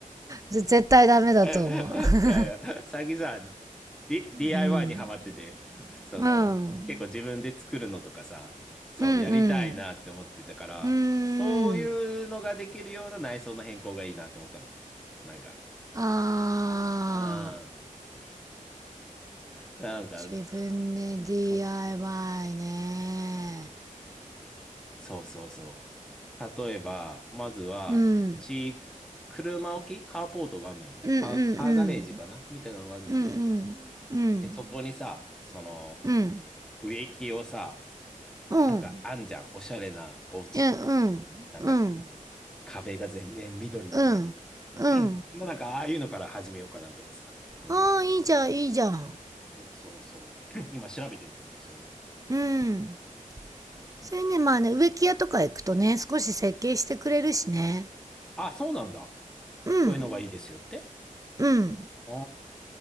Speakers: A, on the right; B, in the centre.
A: 絶対ダメだと思う
B: やいや、
A: <laughs>。
B: 最近さ、D、DIY
A: うん。
B: にハマってて、その、
A: うん。
B: 結構自分で作るのとかさ、そう、
A: うん
B: やりたいなって思ってたから、
A: うん。
B: そういうのができるような内装の変更がいいなって思ったの。
A: うん。
B: なんか。
A: ああ、
B: うん。なんか、
A: 自分で DIY
B: そ、
A: ね。
B: そうそうそう。例えば、まずは、
A: うん。
B: うち、車置きカーポートがあるのよ。
A: うんうんうん。
B: カー、カーガレージかなみたいなのがあるんだけど。
A: うんうん。うん。
B: で、そこにさ、その、
A: うん。
B: 植木をさ、
A: うん。
B: なんかあんじゃん。おしゃれなお家ってさ、
A: え、うんうん。
B: なんか壁が全面緑になるよ
A: うん。うん。
B: うに。<clears throat> まあなんかああいうのから始めようかなとかさ。うん。
A: ああ、いいじゃん、いいじゃん。
B: そうそうそう。<clears throat> 今調べてんだよね、そういうの。
A: うん。それね、まあね、植木屋とか行くとね、少し設計してくれるしね。
B: あ、そうなんだ。
A: うん。
B: こういうのがいいですよって。
A: うん。
B: あ